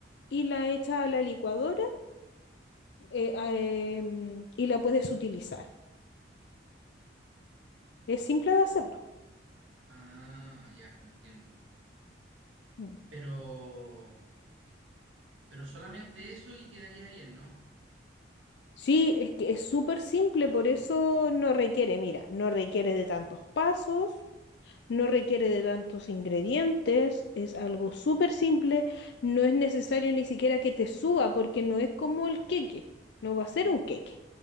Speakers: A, on the left; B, on the right.
A: y la hecha a la licuadora eh, a, em, y la puedes utilizar. Es simple de hacerlo.
B: Ah, ya, entiendo.
A: Mm.
B: Pero, pero solamente eso y quedaría bien, ¿no?
A: Sí, es que es súper simple, por eso no requiere, mira, no requiere de tantos pasos, no requiere de tantos ingredientes, es algo súper simple, no es necesario ni siquiera que te suba porque no es como el queque, no va a ser un queque,